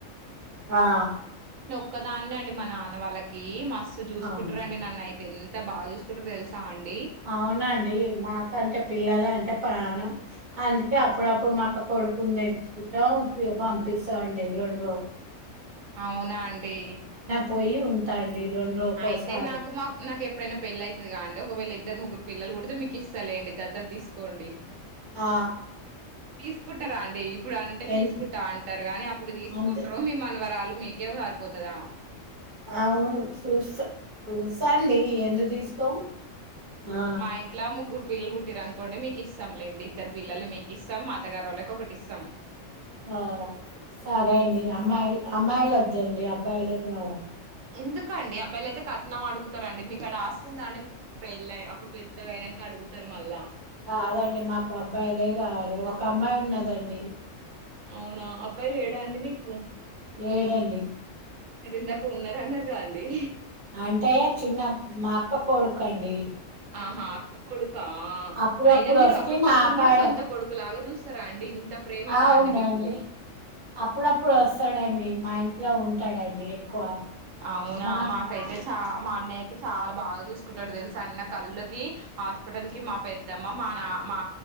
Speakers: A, on the right; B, on the right.
A: ఆ
B: ఒకదాన్న అండి మా నాన్న వాళ్ళకి మ స్ చూసుకుంటారంండి
A: అవును.
B: నన్ను అయితే ఇ బాగా చూకుంటారు తెలుసాండి
A: అవునండి మాకంటే పిలు అంటే పానం అందుకే అప్పుడప్పుడు మాక్క కొడుకుంది అయి కుట్టా ప బా పిసా అంటేరుండ
B: అవునా అండి
A: పోయి ఉంటాండి రెండు రోజుకోసారి
B: అయితే నాకు మా నాకు ఎప్పుడైనా పెళ్లిి అవుతుది కాదండి ఒకవేళ ఇద్దరు ముగ్గురు పిల్లలు కూడాడితే మీకు ఇస్తాండి తత తీసుకోండి
A: ఆ
B: తీసుకుంటారా అండి ఇప్పుడు అంటే
A: ఎన్
B: తీసుకుంటా అంటారు కానీ అప్పుడు తీసుకుంటారు
A: అంతే
B: మేమ అనవరాలు మీకేవ సారుపోతదా
A: అవును సూ స ఇస్తాారండి ఎందు తీసుకోం ఆ
B: మా ఇంట్లో ముగ్గురు పిల్లలు పుట్టిరు అనుకోండి మీకు ఇస్తాంలేండి ఇద్దరు పిల్లలు మీకు ఇస్తాం మాతగారు వాళ్ళకి ఒకటి ఇస్తాం
A: ఆ అదే అండి అమ్మాయి అమ్మాయిలు వద్దండి అబ్బాయిలే కా
B: ఎందుకండి అబ్బాయిలు అయితే కట్నం అడుగుతారంండి మీకు అడ ఆస్తుంద అండి పెళ అప్పుడు పెద్దలు అయినాక అడుగుతారు మళ్ళా
A: కాదండి మాకు అబ్బాయిలే కావాలి ఒక అమ్మాయి ఉన్నదండి
B: అవునా అబ్బాయిలు ఏడా అండి మీకు
A: లేడంండి
B: మీరు ఇందాక ఉన్నారన్నారు కా అండి
A: అంటే చిన్న మా అక్క కొడుకు అండి
B: ఆహా అక్క కొడు కా
A: అప్పుడప్పుడు
B: అయినా మీరు
A: వస్తే
B: అక్క కొడుకుని
A: నా కాడ
B: కూడా సొంత కొడుకు లాగా చూస్తారా అండి ఇంత ప్రేమనా
A: అవునండి
B: అండి మీకు
A: అప్పుడప్పుడు వస్తాడండి మా ఇంట్లో ఉంటాడంండి ఎక్కువ
B: అవునా
A: మా
B: మాకైతే చ మా అన్నయ్య అయితే చాలా బాగా చూసుకుంటాడు తెలుసు అన్న కళ్ుకి హాస్పిటల్ కి మా పెద్దమ్మ మా నా మా